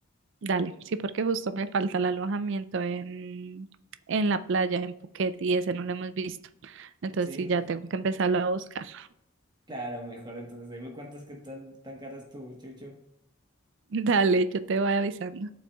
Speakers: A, on the right; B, on the right.
A: Dale, sí, porque justo me falta el alojamiento en, en la playa, en Phuket, y ese no lo hemos visto. Entonces
B: Sí,
A: sí,
B: <laughs> no,
A: ya tengo que empezarlo a buscar.
B: claro, mejor. Entonces, ahí me cuentas qué tan, tan cara estuvo. Chau, chau.
A: <laughs> Dale, yo te voy avisando.